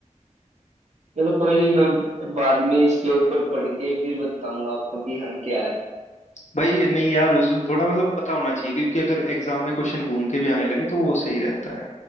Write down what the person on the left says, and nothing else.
भाई ये नहीं यार उस थोड़ा मतलब पता होना चाहिए क्योंकि अगर एग्जाम में क्वेश्चन घूम के भी आने लगे तो वो सही रहता है